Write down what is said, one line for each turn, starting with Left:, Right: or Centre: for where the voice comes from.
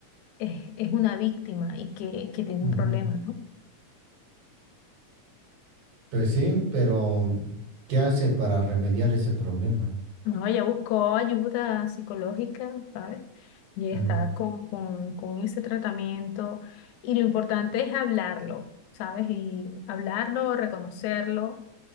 Left: es, es una víctima y que, que tiene
Right: Ujú.
Left: un problema, ¿no?
Right: Pues sí, pero mm, ¿qué hace para remediar ese problema?
Left: No, ella buscó ayuda psicológica, ¿sabes? Y
Right: Ujú.
Left: está con, con, con ese tratamiento. Y lo importante es hablarlo, ¿sabes? Y hablarlo, reconocerlo